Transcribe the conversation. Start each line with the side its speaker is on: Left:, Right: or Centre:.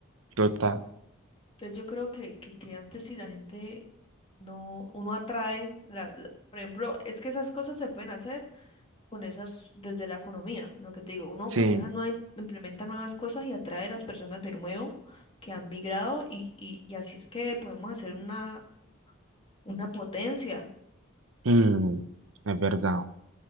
Right: total,
Left: Entonces yo creo que, que, que antes si la gente no, uno atrae, la, la- por ejemplo, es que esas cosas se pueden hacer con esas desde la economía, lo que te digo, uno
Right: sí,
Left: con esas nuevas implementa nuevas cosas y atrae a las personas de nuevo que han migrado y, y, y así es que podemos hacer una, una potencia.
Right: mm, es verdad.